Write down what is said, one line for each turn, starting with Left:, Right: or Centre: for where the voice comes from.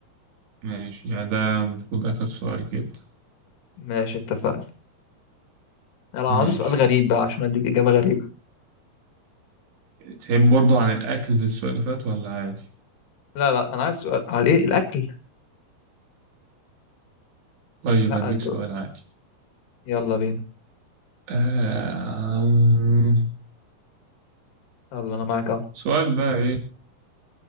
Right: ماشي يعني ده المفروض آخر سؤال كده
Left: ماشي اتفقنا انا
Right: ماشي
Left: عايز سؤال غريب بقى عشان اديك اجابه غريبه
Right: تحب برضو عن الأكل زي السؤال اللي فات ولا عادي؟
Left: لا لا انا عايز سؤال على ايه الاكل
Right: طيب
Left: لا
Right: هديك
Left: انت
Right: سؤال عادي
Left: يلا بينا
Right: آه...
Left: يلا انا معاك اهو
Right: سؤال بقى إيه؟